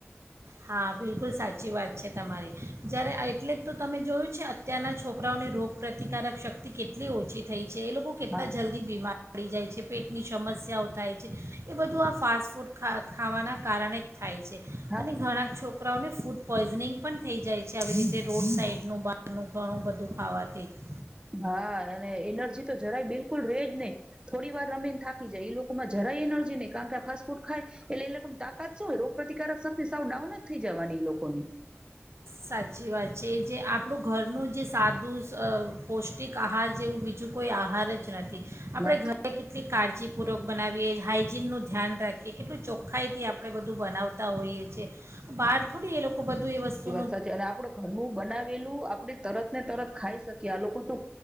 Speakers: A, on the right; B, on the right.
A: હા બિલકુલ સાચી વાત છે તમારી. જ્યારે એટલે જ તો તમે જોયું છે અત્યારના છોકરાઓની રોગપ્રતિકારક શક્તિ કેટલી ઓછી થઈ. છે એ લોકો કેટલા
B: હા
A: જલ્દી બીમાર પડી જાય. છે. પેટની સમસ્યાઓ થાય છે. એ બધું આ ફાસ્ટ ફૂડ ખા ખાવાના કારણે થાય છે.
B: હા
A: અને ઘણા છોકરા છોકરાઓને ફૂડ પોઈઝનિંગ પણ થઈ જાય છે. આવી રીતે રોડ સાઈડનું બહારનું ઘણું બધું ખાવાથીહું
B: હા અને એનર્જી તો જરાય બિલકુલ ર રહે જ નહી થોડી વાર રમેીને થાકી જાય એ લોકોમાં જરાય એનર્જી નહી કારણ કે ફાસ્ટ ફૂડ ખાય એટલે એ લોકો તાકાત શું હોય રોગ પ્ર્રતિકારક શક્તિ સાવ ડાઉન જ થઈ જવાની એ લોકોની
A: સાચી વાત છે. એ જે આપણું ઘરનું જે સાદું પૌષ્ટિક આહાર જેવું બીજું કોઈ આહાર જ નથી. આપડે
B: નથી
A: ઘરે કેટલી કાળજી પૂરક બનાવીએ હાઈજીનનું ધ્યાન રાખીએ કેટલું ચોખ્ખાઈથી આપણે બધું બનાવતા હોઈએ છીએ બહાર થોડી એ લોકો ખ બધું એ વસુ
B: સાચ અને આપડે ઘરનું બનાવેલું આપડ તરત ને તરત ખાઈ શકીએ. આ લોકો તો